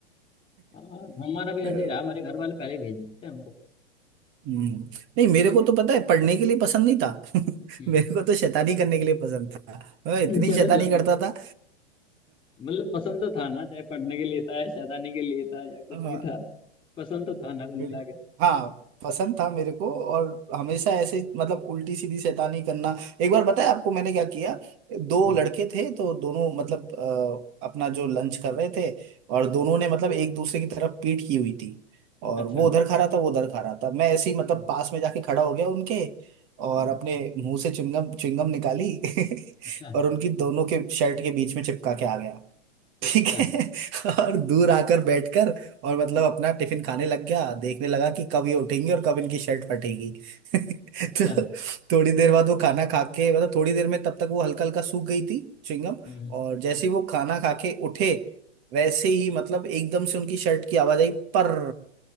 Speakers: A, on the left; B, on the right.
A: हाँ हमारा भी
B: अ,
A: ऐसे ही रहा हमारे घर वाले पहले ही भेज देते थे हमको
B: हम्म, नहीं मेरे को तो पता है पढ़ने के लिए पसंद नहीं था <laughs>
A: हम्म
B: मेरे को तो शैतानी करने के लिए पसंद था मैं इतनी
A: चलो
B: शैतानी
A: जो
B: करता था
A: मतलब पसंद तो था ना चाहे पढ़ने के लिए था या शैतानी के लिए था या कुछ
B: <laughs>
A: भी था पसंद तो था ना कुल
B: बिल-
A: मिला के
B: हाँ पसंद था मेरे को और हमेशा
A: हम्म
B: ऐसे ही, मतलब उल्टी सीधी शैतानी करना एक बार बताया आपको मैंने क्या किया दो
A: हम्म,
B: लड़के थे तो दोनों मतलब अ, अपना जो लंच कर रहे थे और दोनों ने मतलब एक दूसरे की तरफ पीठ की हुई थी और
A: अच्छा
B: वो उधर खा रहा था वो उधर खा रहा था मैं ऐसे ही मतलब
A: हम्म
B: पास में जाके खड़ा हो गया उनके और
A: हम्म,
B: अपने मुंह से चुंगम चुंगम निकाली <laughs>
A: अच्छा
B: और उनकी दोनों के शर्ट के बीच में चिपका के आ गया ठीक
A: अच्छा
B: है <laughs> और दूर आकर बैठकर और मतलब
A: हम्म,
B: अपना टिफिन खाने लग गया देखने लगा कि कब ये उठेंगे और कब इनकी शर्ट फटेगी <laughs>
A: अच्छा
B: तो थोड़ी देर बाद वो खाना खा के मतलब थोड़ी देर में तब तक वो हल्का हल्का सूख गई थी च्युइंगम
A: हम्म
B: और जैसे
A: हम्म।
B: ही वो खाना खा के उठे वैसे ही मतलब एकदम से उनकी शर्ट की आवाज आई पर